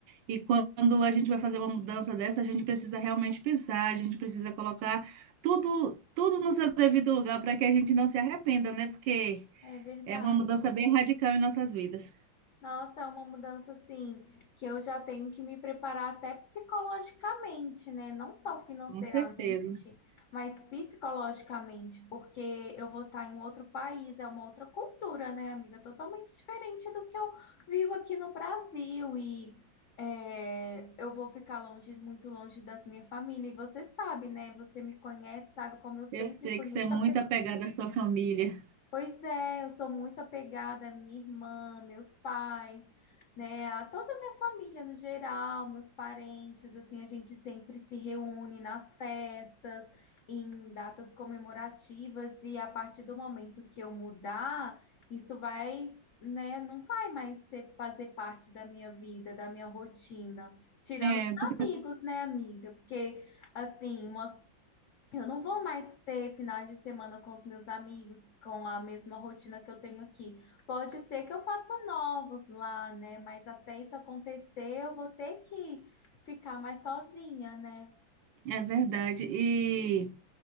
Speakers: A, on the right; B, on the left.
A: E quando a gente vai fazer uma mudança dessa, a gente precisa realmente pensar, a gente precisa colocar tudo, tudo no seu devido lugar para que a gente não se arrependa, né? Porque
B: é verdade.
A: é uma mudança bem radical em nossas vidas.
B: Nossa, é uma mudança assim que eu já tenho que me preparar até psicologicamente, né? Não só financeiramente,
A: Com certeza.
B: mas psicologicamente, porque eu vou estar em outro país, é uma outra cultura, né, amiga? Totalmente diferente do que eu vivo aqui no Brasil e é, eu vou ficar longe, muito longe das minha família. E você sabe, né? Você me conhece, sabe como eu sempre
A: Eu sei
B: fui
A: que
B: muito
A: você é muito apegada à sua família.
B: Pois é, eu sou muito apegada à minha irmã, meus pais, né, a toda a minha família no geral, meus parentes, assim, a gente sempre se reúne nas festas, em datas comemorativas, e a partir do momento que eu mudar, isso vai, né, não vai mais ser, fazer parte da minha vida, da minha rotina, tirando
A: É,
B: os
A: porque
B: amigos, né, amiga? Porque, assim, uma eu não vou mais ter finais de semana com os meus amigos, com a mesma rotina que eu tenho aqui. Pode ser que eu faça novos lá, né? Mas até isso acontecer, eu vou ter que ficar mais sozinha, né?
A: é verdade. E